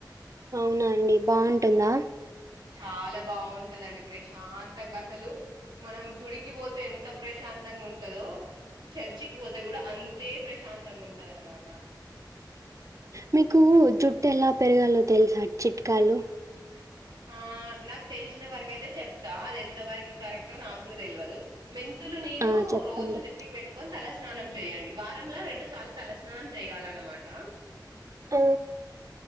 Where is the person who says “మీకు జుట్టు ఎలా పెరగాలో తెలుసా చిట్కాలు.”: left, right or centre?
Right